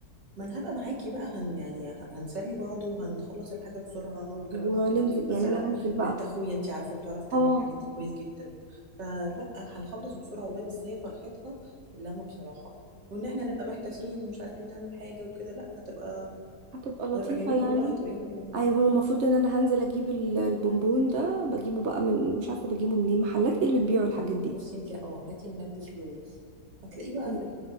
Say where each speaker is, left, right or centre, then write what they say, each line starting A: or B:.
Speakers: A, on the right; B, on the right.
A: ما انا هبقى معاكي بقى هن يعني ه- هنسلي بعض وهنخلص الحاجة بسرعة وكمان
B: وننزل
A: ممكن اجيب مثلا
B: يعني انا هنزل بقى
A: بنت اخويا انتي عارفة بتعرف تعمل
B: اه
A: الحاجات دي كويس جدا فلا هنخلص بسرعة والله بس هي فرحتها اللمة بصراحة وان احنا نبقى محتاسين مش عارفين نعمل حاجة وكده لا هتبقى
B: هتبقى لطيفة
A: هتبقى جميلة
B: يعني
A: والله وهتبقى يوم جميل
B: اي هو المفروض ان انا هنزل اجيب ال- البونبون ده بجيبه بقى من مش عارفة بجيبه منين محلات ايه اللي بتبيعوا الحاجات دي
A: بصي انت اه هاتي منبت لوز هتلاقيه بقى
B: أو-
A: في